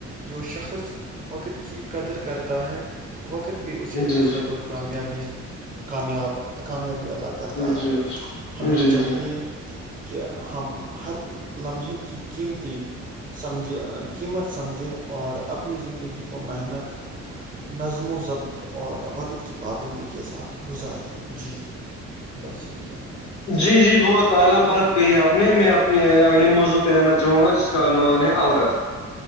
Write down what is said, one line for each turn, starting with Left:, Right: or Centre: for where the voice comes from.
Right: جو شخص وقت کی قدر کرتا ہے وقت بھی اسے
Left: جی
Right: عزت
Left: جی جی
Right: اور کامیابی سے کامیاب کامیابی ادا کرتا
Left: جی
Right: ہے ہمیں
Left: جی
Right: چاہیے
Left: جی
Right: کہ ہم ہر لمحے کی قیمتی سمجھے قیمت سمجھیں اور اپنی زندگی کو محنت نظم و ضبط اور وقت کی پابندی کے ساتھ گزاریں جی بس یہی کہ ن تھا
Left: جی جی بہت اعلی بات کہی آپ نے میں اپنے موضوع پہ آنا چاہوں گا جس کا عنوان ہے عورت